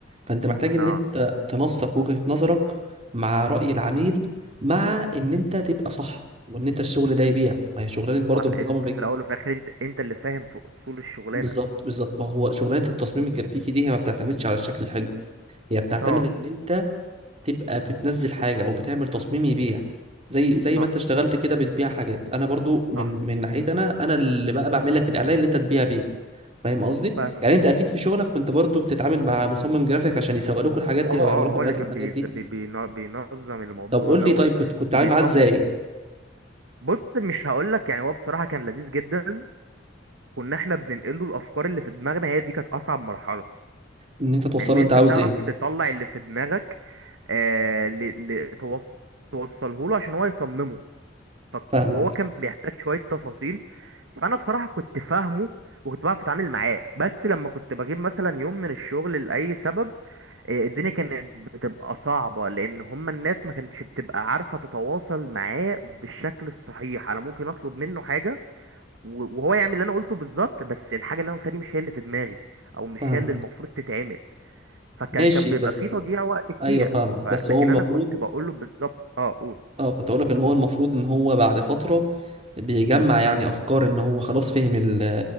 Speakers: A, on the right; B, on the right.
A: فانت محتاج ان
B: اه
A: انت تنسق وجهة نظرك مع رأي العميل مع ان انت تبقى صح وان انت الشغل ده يبيع ما هي شغلانة
B: طبعا
A: برضه
B: لان
A: المصمم
B: انت
A: الج-
B: في الاول وفي الاخر انت انت اللي فاهم في اصول الشغلانة
A: بالظبط بالظبط ما هو شغلانة التصميم الجرافيكي دي هي ما بتعتمدش على الشكل الحلو هي بتعتمد
B: اه
A: ان انت تبقى بتنزل حاجة او بتعمل تصميم يبيع زي زي
B: صح
A: ما انت اشتغلت كده بتبيع حاجات انا برضو من
B: صح
A: من ناحيتي انا انا اللي بقى بعمل لك الاعلان اللي انت تبيع بيه فاهم قصدي
B: فاهمك
A: يعني انت اكيد في شغلك كنت برضو بتتعامل مع مصمم جرافيك عشان يسوق لكم الحاجات دي
B: اه اه
A: او يعملوا لكم
B: هو
A: اعلانات
B: اللي كان
A: للحاجات
B: بيز...
A: دي
B: بي... بينا- بينظم الموضوع
A: طب قول
B: دوت
A: لي طيب كنت كنت
B: وبيصمم
A: عامل معاه ازاي
B: بص مش هقول لك يعني هو بصراحة كان لذيذ جدا كنا احنا بننقله الافكار اللي في دماغنا هي دي كانت اصعب مرحله
A: ان انت توصله
B: ان انت
A: انت عاوز
B: تعرف
A: ايه
B: تطلع اللي في دماغك آه ل... ل... توص... توصله له عشان هو يصممه ف...
A: فاهمك
B: وهو كان بيحتاج شويه تفاصيل فانا بصراحه كنت فاهمه وكنت بعرف اتعامل معاه بس لما كنت بجيب مثلا يوم من الشغل لاي سبب آه، الدنيا كانت بتبقى صعبة لأن هما الناس ما كانتش بتبقى عارفة تتواصل معاه بالشكل الصحيح أنا ممكن أطلب منه حاجة و- وهو يعمل اللي انا قلته بالظبط بس الحاجه اللي انا قلتها دي مش هي اللي في دماغي او مش
A: فاهمك
B: هي اللي المفروض تتعمل فكان
A: ماشي
B: كان بيبقى
A: بس
B: فيه تضييع وقت كتير
A: ايوه فاهمك
B: ف...
A: بس
B: لكن
A: هو المفروض
B: انا كنت بقول له بالظبط اه قول
A: اه كنت اقول لك ان هو المفروض ان هو بعد فترة بيجمع يعني افكار ان هو خلاص فهم ال